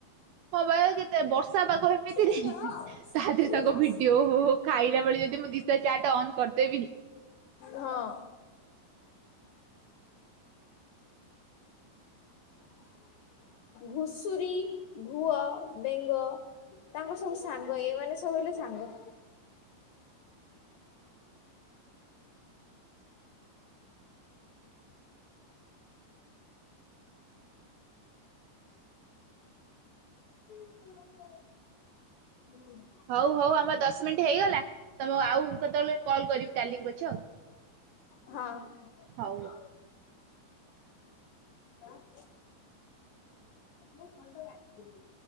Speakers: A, on the right; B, on the left.
A: ହଁ ବା କେତେ ବର୍ଷା ପାଗ। ମିତିରେ
B: ତାଙ୍କର
A: ତାଭିତରେ ତାଙ୍କ ଭିଡିଓ ହୋଉ ହୋଉ ଖାଇଲା ବଳେ ଯଦି ମୁଁ ଦିଟା ଚାରିଟା ଅନ୍ କରିଦେବି
B: ହଁ। ଘୁଷୁରୀ ଘୁଅ। ବେଙ୍ଗ ତାଙ୍କର ସବୁ ସାଙ୍ଗ ଏଇ ମାନେ ସବୁ ହେଲେ ସାଙ୍ଗ। ହୁଁ।
A: ହଉ ହଉ ଆମର ଦଶ ମିନିଟ୍ ହେଇଗଲା ତମକୁ ଆଉ କେତେବେଳେ କଲ୍ କରିବି କାଲି ପଛେ ଆଉ।
B: ହଁ। ହଁ।
A: ହଉ।
B: ଗାଁ କୁ। ମୁଁ ଖଞ୍ଜ ଯାଣିଛି।